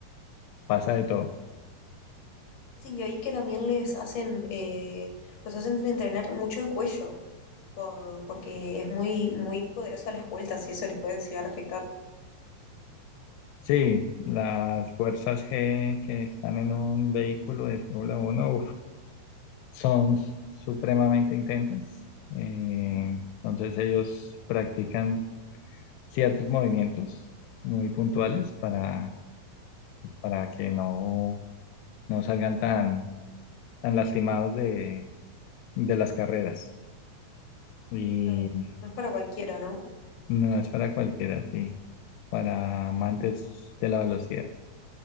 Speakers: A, on the left (about 80°); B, on the left (about 45°).
A: pasa de todo.
B: Sí, y ahí que también les hacen, eh, los hacen entrenar mucho el cuello. por, porque es muy, muy poderoso a las vueltas y eso les puede llegar a afectar.
A: Sí, las fuerzas G que están en un vehículo de Fórmula Uno uf, son supremamente intensas. Eh, entonces ellos practican ciertos movimientos muy puntuales para, pues, para que no, no salgan tan, tan lastimados de, de las carreras. Y
B: Claro, no es para cualquiera, ¿no?
A: no es para cualquiera, sí, para amantes de la velocidad.